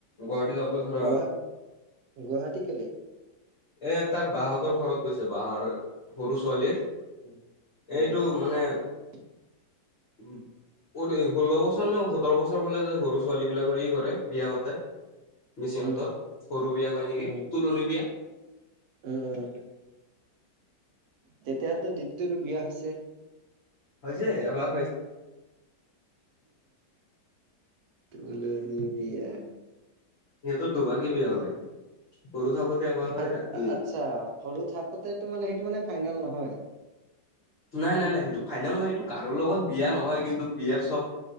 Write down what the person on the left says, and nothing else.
গুৱাহাটী যাওঁতে ধৰা
এ তাৰ বাহহঁতৰ ঘৰত গৈছে বাঁহৰ সৰু ছোৱালীৰ
এইটো মানে
উম ষোল্ল বছৰ নে সোতৰ বছৰ হলে যে সৰু ছোৱালী বিলাকৰ ই কৰে বিয়া পাতে। মিচিংহঁতৰ
সৰু বিয়া কয় নেকি
তুলনি বিয়া
হৈছে আমাৰ
সিহঁতৰ দুবাৰকে বিয়া হয় সৰু থাকোতে এবাৰ হয়
ৰাতি
নাই, নাই, নাই সেইটো ফাইনেল নহয় সেইটো কাৰো লগত বিয়া নহয় কিন্তু বিয়াৰ চব